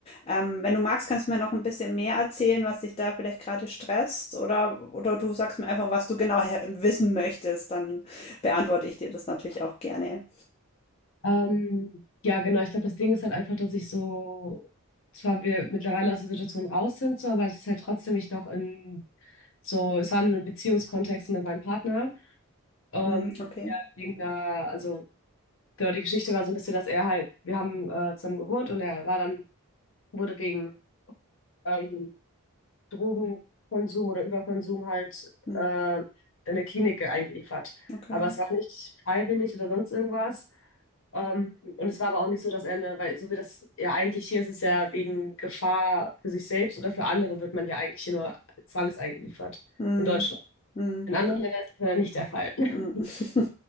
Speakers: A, on the left (about 25°); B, on the left (about 60°).
A: Ähm, wenn du magst, kannst du mir noch ein bisschen mehr erzählen, was dich da vielleicht gerade stresst, oder, oder du sagst mir einfach, was du genau her- wissen möchtest, dann beantworte ich dir das natürlich auch gerne.
B: Ähm, ja, genau. Ich glaube, das Ding ist halt einfach, dass ich so, zwar wir mittlerweile aus der Situation raus sind, so, aber es ist halt trotzdem ich noch in, so, es war in einem Beziehungskontext mit meinem Partner. Ähm,
A: Hm, okay.
B: ja, wegen einer, also, genau, die Geschichte war so ein bisschen, dass er halt, wir haben äh, zusammen gewohnt und er war dann, wurde wegen, ähm, Drogenkonsum oder Überkonsum halt
A: Hm,
B: äh, in eine Klinik eingeliefert.
A: okay.
B: Aber es war nicht freiwillig oder sonst irgendwas. Ähm, und es war aber auch nicht so, dass er eine, weil so wie das ja eigentlich hier ist, es ja wegen Gefahr für sich selbst oder für andere wird man ja eigentlich hier nur zwangseingeliefert
A: Hm,
B: in Deutschland.
A: hm,
B: In anderen Ländern ist das ja nicht der Fall. <laughs>
A: hm. <laughs>